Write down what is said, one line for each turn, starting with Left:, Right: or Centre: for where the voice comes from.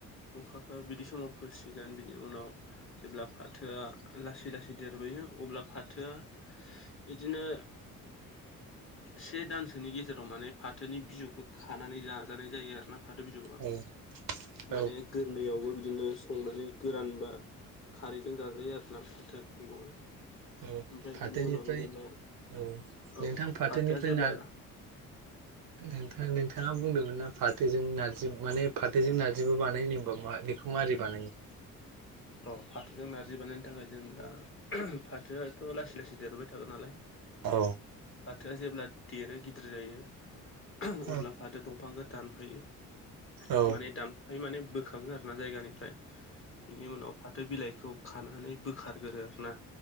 Left: अखाखौ बिदि समाव फोसिगोन बिनि उनाव जेब्ला फाथोआ लासै लासै देरबोयो अब्ला फाथोआ बिदिनो से दानसोनि गेजेराव माने फाथोनि बिजौखौ खानानै जा जानाय जायो आरो ना फाथो बिजौआ
Right: औ औ
Left: माने गोरलैयावबो बिदिनो संनानै गोरानबा खारैजों जाजायो आरोना फाथो मैगङा। ओमफ्राय
Right: औ फाथोनिफ्राय
Left: बिनि उनाव जेब्ला
Right: औ
Left: औ
Right: नोंथां फाथोनिफ्राय
Left: फाथोआ जेब्ला
Right: ना नोंथां नोंथाङा बुंदोंमोन ना फाथोजों नारजि माने फाथोजों नारजिबो बानायो होनबा मा मारै बानायो?
Left: अ फाथोजों नारजि बानायनो थाखाय जों दा फाथोआ थ' लासै लासै देरबोबाय थागोन नालाय।
Right: औ।
Left: फाथोआ जेब्ला देरो गिदिर जायो
Right: औ
Left: अब्ला फाथो दंफांखौ दानफायो।
Right: औ
Left: माने दानफाय माने बोखाङो आरो ना जायगानिफ्राय बिनि उनाव फाथो बिलाइखौ खानानै बोखारगोरो आरोना